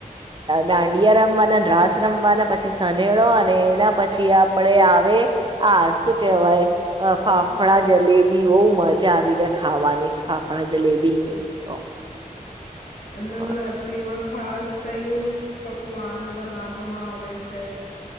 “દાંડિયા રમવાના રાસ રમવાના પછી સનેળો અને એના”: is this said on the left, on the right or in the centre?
Right